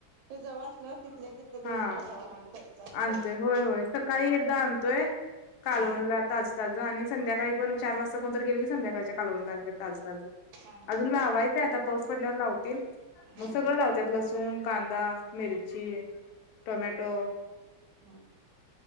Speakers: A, on the right (about 80°); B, on the left (about 75°).
A: ते जवळ असल्यावर तिथल्या तिथे दोन
B: हा.
A: वेळा जाऊन आलो तरी चालतंय
B: आणतोय होय होय सकाळी एकदा आणतोय कालवणला
A: हा
B: ताज ताज. आणि संध्याकाळी पण चार वाजता कोणतर गेले की संध्याकाळच्या कालवनला आणतय ताज ताज.
A: हा
B: अजून लावायचय आता पाऊस पडल्यावर लावतील मग
A: हा
B: सगळ लावत्यात लसूण कांदा. मिर्ची टोमॅटो.
A: हम्